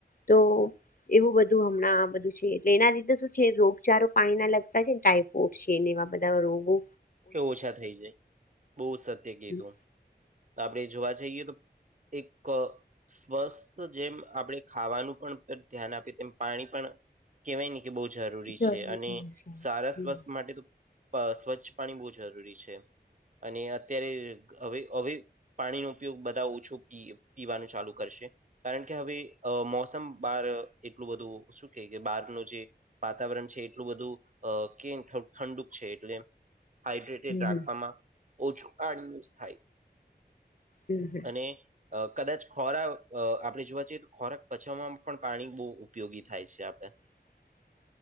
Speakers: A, on the left; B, on the right.
A: તો એવું બધું હમણાં બધું છે એટલે એના લીધે શું છે રોગચારો પાણી ના લગતા છે ને ટાઈફોઇડ છે ને એવા બધા રોગો
B: કે ઓછા થઇ જાય બઉ જ સત્ય કીધું
A: હમ.
B: આપણે જોવા જઈએ તો એક અ સ્વસ્થ જેમ આપડે ખાવાનું પણ ધ્યાન આપીએ તેમ પાણી પણ કેવાય ને બહુ જરૂરી
A: જરૂર
B: છે અને
A: થઈ હશે
B: સારા
A: હમ
B: સ્વસ્થ માટે તો સ્વચ્છ પાણી બહુ જરૂરી છે અને અત્યારે હવે હવે પાણીનો ઉપયોગ બધા ઓછું પી પીવાનું ચાલુ કરશે કારણ કે હવે મોસમ બાર એટલું બધું શું કે કે બારનું જે વાતાવરણ છે એટલું બધું અ કે ઠંડુ છે એટલે હાઈડ્રેટેડ
A: હમ હમ
B: રાખવામાં ઓછું કારણ યુઝ થાય.
A: હમ હમ.
B: અને અ કદાચ ખોરાક આપણે જોવા જઈએ તો ખોરાક પચાવવામાં પણ પાણી બહુ ઉપયોગી થાય છે આપણે
A: <unintelligible>